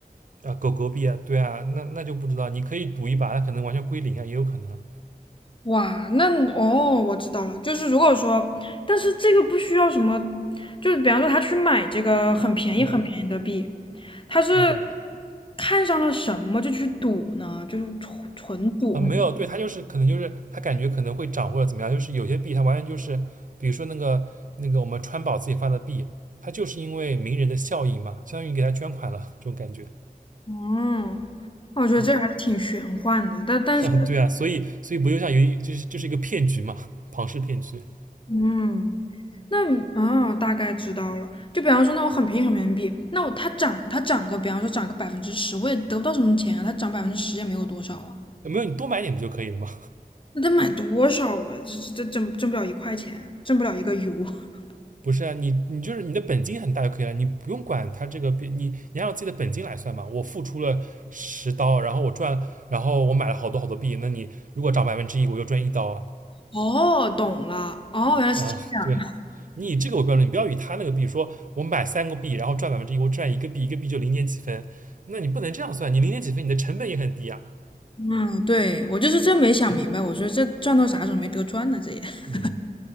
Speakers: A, on the right (about 55°); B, on the left (about 35°).
A: 啊，狗狗币啊，对啊，那那就不知道，你可以赌一把，它可能完全归零啊，也有可能啊
B: 哇，那哦，我知道了，就是如果说，但是这个不需要什么，就是比方说他去买这个很便宜很便宜的币，
A: 嗯
B: 他是
A: 嗯嗯
B: 看上了什么就去赌呢？就是纯纯赌。
A: 啊，没有，对，它就是可能就是它感觉可能会涨或者怎么样，就是有些币它完全就是，比如说那个那个我们川宝自己发的币，它就是因为名人的效应嘛，相当于给他捐款了这种感觉。
B: 哦，我觉得这还是挺玄幻的，
A: 嗯，
B: 但但是，
A: <laughs> 对啊，所以所以不就像有一就是就是一个骗局嘛，庞氏骗局。
B: 嗯，那嗯，哦大概知道了。就比方说，那我很便宜很便宜币，那我它涨，它涨个，比方说涨个百分之十，我也得不到什么钱啊，它涨百分之十也没有多少啊，
A: 呃没有，你多买点不就可以了吗？
B: 那得买多少啊？这这这挣挣不了一块钱，挣不了一个 U。<laughs>
A: 不是啊，你你就是你的本金很大就可以了，你不用管它这个你你按照自己的本金来算嘛。我付出了十刀，然后我赚，然后我买了好多好多币，那你如果涨百分之一，我就赚一刀啊。
B: 哦，懂了，哦，原来是这样。
A: 啊，对，你以这个为标准，你不要以他那个币说，我买三个币，然后赚百分之一，我赚一个币，一个币就零点几分，那你不能这样算，你零点几分，你的成本也很低啊。
B: 嗯，对，我就是真没想明白，我觉得这赚到啥时候没得赚呢？这也。<laughs>
A: 嗯。